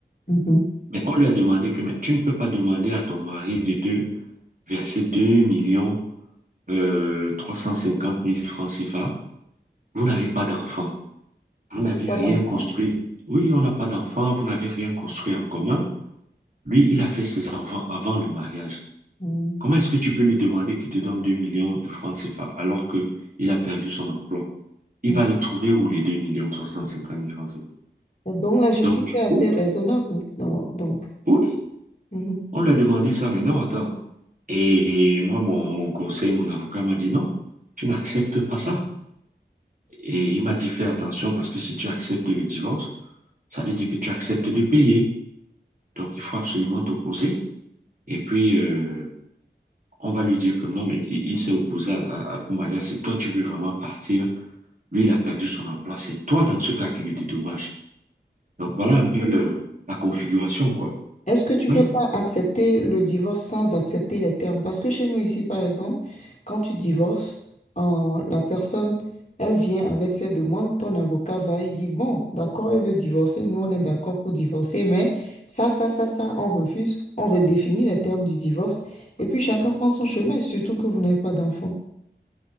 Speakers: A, on the left; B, on the right.
A: Mhm.
B: Mais on lui a demandé que mais tu ne peux pas demander à ton mari de te verser 2 millions euh, trois cent cinquante mille francs CFA. Vous n'avez pas d'enfant. On
A: Vous
B: n'avait
A: n'avez pas
B: rien
A: d'enfant.
B: construit. Oui, on n'a pas d'enfant, vous n'avez rien construit en commun. Lui, il a fait ses enfants avant le mariage.
A: Mm.
B: Comment est-ce que tu peux lui demander qu'il te donne 2 millions de francs CFA alors que il a perdu son emploi? Il
A: Ouais.
B: va les trouver où les deux millions trois cent cinquante mille francs CFA?
A: Donc la justice
B: Donc, du
A: est assez
B: coup,
A: raisonnable. non, Donc,
B: oui,
A: mhm.
B: on lui a demandé ça, mais non, attends. Et, et moi, mon, mon conseil, mon avocat m'a dit non, tu n'acceptes pas ça. Et il m'a dit fais attention parce que si tu acceptes le divorce, ça veut dire que tu acceptes de payer. Donc, il faut absolument t'opposer. Et puis, euh, on va lui dire que non, mais il, il s'est opposé à- à- au mariage. Si toi, tu veux vraiment partir, lui, il a perdu son emploi. C'est toi, dans ce cas, qui le dédommage. Donc, voilà un peu le- la configuration, quoi.
A: Est-ce que tu
B: Oui,
A: peux pas accepter le divorce sans accepter les termes? Parce que chez nous ici, par exemple, quand tu divorces, euh, la personne, elle vient avec ses demandes, ton avocat va, il dit, bon, d'accord, elle veut divorcer, nous on est d'accord pour divorcer, mais ça, ça, ça, ça, on refuse, on redéfinit les termes du divorce, et puis chacun prend son chemin, surtout que vous n'avez pas d'enfant.